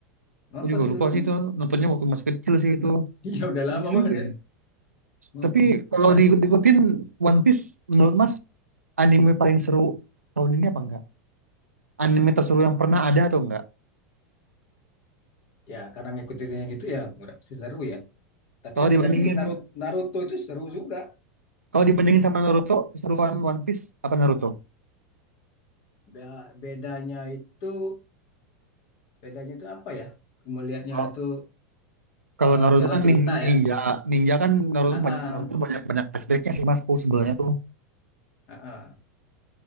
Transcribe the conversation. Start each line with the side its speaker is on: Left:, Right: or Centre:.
Left: nonton
Right: Aku juga
Left: sih
Right: lupa
Left: dulu
Right: sih
Left: sih
Right: itu nontonnya waktu masih kecil sih
Left: <laughs>
Right: itu.
Left: iya udah
Right: Keren
Left: lama banget
Right: juga
Left: ya
Right: ya.
Left: Mm-mm.
Right: Tapi kalau
Left: But,
Right: diikut-ikutin One Piece menurut Mas anime paling seru tahun ini apa enggak? Anime terseru yang pernah ada atau enggak?
Left: ya karena ngikutinnya gitu ya udah pasti seru ya tapi
Right: Kalau
Left: satu
Right: dibandingin
Left: lagi Naruto, Naruto itu seru juga
Right: kalau dibandingin sama Naruto, seruan One Piece apa Naruto?
Left: Be- bedanya itu bedanya itu apa ya melihatnya
Right: Kalau
Left: itu
Right: kalau
Left: eh,
Right: Naruto
Left: jalan
Right: kan
Left: cerita
Right: nin- ninja,
Left: ya
Right: ninja kan Naruto
Left: Heeh,
Right: banyak Naruto banyak banyak flashbacknya sih Mas. Oh, sebenarnya tuh.
Left: heeh.